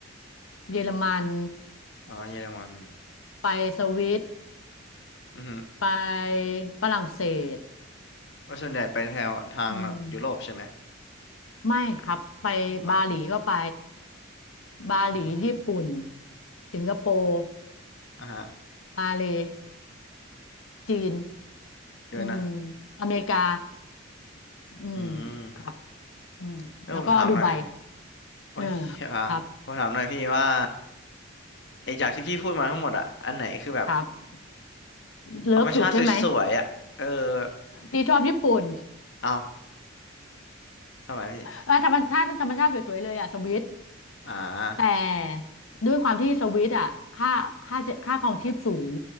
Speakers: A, on the left; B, on the left.
A: เยอรมัน
B: อ๋อเยอรมัน
A: ไปสวิต
B: อือฮึ
A: ไปฝรั่งเศส
B: แล้วส่วนใหญ่ไปแถวทางแบบยุโรปใช่ไหม
A: อืมไม่ครับไปบาหลีก็ไป
B: อ๋อไม่
A: บาหลีญี่ปุ่น
B: อ่า
A: สิงคโปร์
B: อ่าฮะ
A: มาเลย์จีน
B: เยอะนะ
A: อืมอเมริกาอืม
B: อืม
A: ครับอืมแล้วก็ดูไบ
B: แล้วผมถามหน่อยโอ้ยอ่าผมถามหน่อยพี่ว่า
A: เออครับ
B: ไอจากที่พี่พูดมาทั้งหมดอะอันไหนคือแบบ
A: ครับเลิฟสุดใช่ไหม
B: ธรรมชาติสวยๆอะเออ
A: พี่ชอบญี่ปุ่น
B: เอา <laughs> ทำไมพี่
A: เออธรรมชาติธรรมชาติสวยๆเลยอ่ะสวิต
B: อ่า
A: แต่ด้วยความที่สวิตอ่ะค่าค่าจะค่าครองชีพสูง